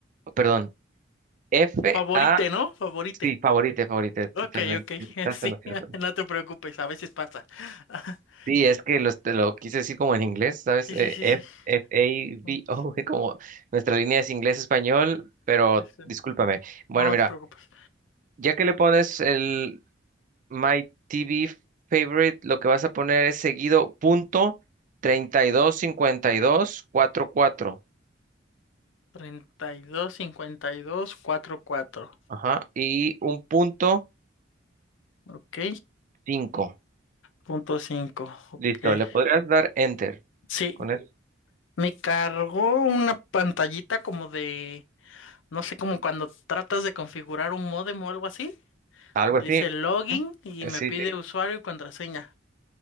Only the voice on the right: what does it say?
perdón, F-A,
sí, favorite, favorite, totalmente,
estás
en lo cierto.
Sí, es que los- te lo quise decir como en inglés, ¿sabes?
Eh,
F,
F A B
O, <laughs> como nuestra línea es inglés-español, pero
discúlpame. Bueno,
mira,
ya que le pones el My TV Favorite, lo que vas a poner es seguido punto treinta y dos cincuenta y dos dos cincuenta cuatro,
Ajá, y un punto
5.
Listo, le podrías dar Enter.
Con eso,
algo
así.
Eh,
Sí,
sí.